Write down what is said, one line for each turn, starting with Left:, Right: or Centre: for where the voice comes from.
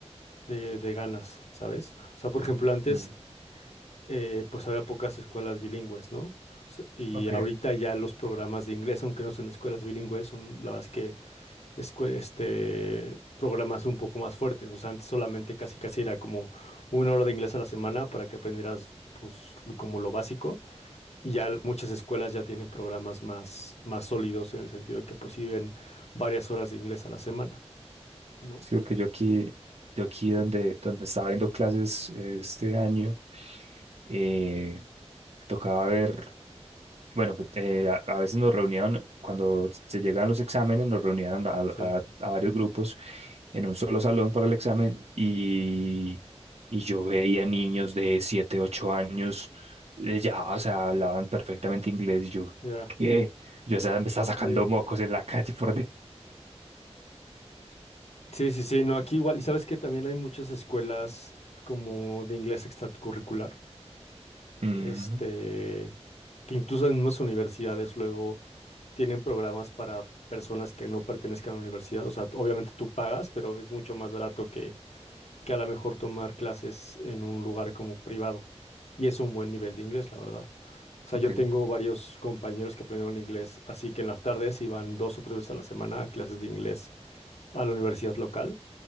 Left: de- de ganas, ¿sabes? O sea, por ejemplo, antes
Right: Mm,
Left: eh, pues había pocas escuelas bilingües, ¿no? O sea, Y
Right: ok.
Left: ahorita ya los programas de inglés, aunque no son escuelas bilingües, son la verdad es que escue- este, programas un poco más fuertes. O sea, antes solamente casi casi era como una hora de inglés a la semana para que aprendieras pues, lo- como lo básico. Y ya l- muchas escuelas ya tienen programas más, más sólidos en el sentido de que pues sí ven varias horas de inglés a la semana, ¿no?
Right: Sí, porque yo aquí, yo aquí donde, donde estaba viendo clases eh, este año, eh, me tocaba ver, bueno, pues, eh, a, a veces nos reunían, cuando se llegaban los exámenes, nos reunían a, a-
Left: Sí,
Right: a varios grupos en un solo salón para el examen y, y yo veía niños de 7 8 años, eh, ya, o sea, hablaban perfectamente inglés y yo,
Left: ya.
Right: ¿qué? Yo, o sea, me estaba sacando
Left: Sí.
Right: mocos en la calle por... dentro.
Left: Sí, sí, sí, no, aquí igual. Y sabes que también hay muchas escuelas como de inglés extracurricular.
Right: Ujú,
Left: este, que incluso en mismas universidades luego tienen programas para personas que no pertenezcan a la universidad. O sea, t- obviamente tú pagas, pero es mucho más barato que, que a lo mejor tomar clases en un lugar como privado. Y es un buen nivel de inglés, la verdad. O sea,
Right: ok
Left: yo tengo varios compañeros que aprendieron inglés, así que en las tardes iban dos o tres veces a la semana a clases de inglés a la universidad local